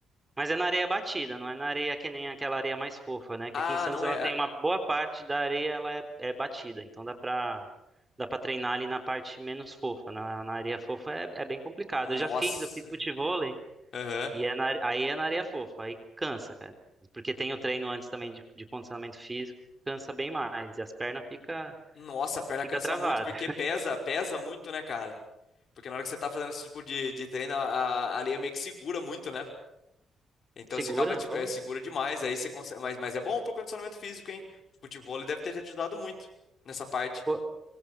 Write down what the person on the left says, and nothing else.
Ah,
não
é.
é,
Nossa.
Aham.
Nossa, a perna
cansa
muito porque pesa, pesa muito, né, cara? Porque na hora que você tá fazendo esse tipo de, de treino, a, a areia meio que segura muito, né? Então
você acaba, tipo,
é segura demais, aí você consegue. Mas, mas é bom pro condicionamento físico, hein? Futevôlei deve ter te ajudado muito nessa parte.